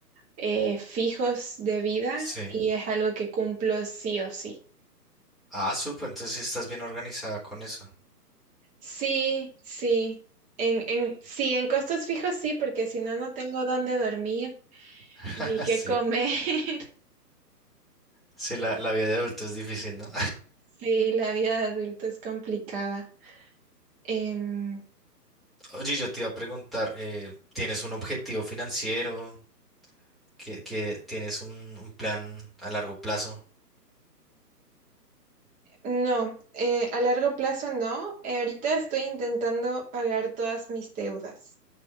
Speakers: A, on the right; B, in the centre.
A: eh, fijos de vida
B: sí.
A: y es algo que cumplo sí o sí.
B: Ah, súper, entonces sí estás bien organizada con eso.
A: Sí, sí. En, en, sí, en costos fijos sí, porque si no, no tengo dónde dormir
B: <laughs>
A: ni qué
B: Sí,
A: comer. <laughs>
B: sí, la, la vida de adulto es difícil, ¿no?
A: Sí, la vida de adulto es complicada. Em,
B: <laughs> Oye, yo te iba a preguntar, eh, ¿tienes un objetivo financiero? ¿Que, que tienes un, un plan a largo plazo?
A: No, eh, a largo plazo no. Eh, ahorita estoy intentando pagar todas mis deudas.